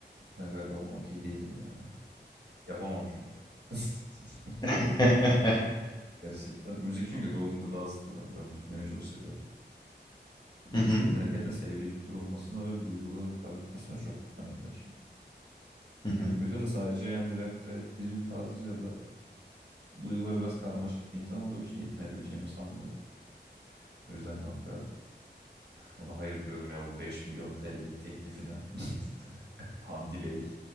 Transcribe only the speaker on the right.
ben galiba buna okey değilim ya. Yapamam çünkü. <laughs>
Gerçekten. Müzik çünkü ruhun gıdasıdır bence. Ben müzik dinlemeyi çok seviyorum. Hani
müzik
dinlerken de sevdiğim tür olmasına ve duygularımı ifade etmesine çok önem veririm.
O yüzden de sadece yani rap ve drill tarzıyla da duyguları biraz karmaşık bir insan olduğum için yetinebileceğimi sanmıyorum. O yüzden kanka buna hayır diyorum ya bu 5 milyon TL'lik teklifine. <laughs> Hamdi Bey.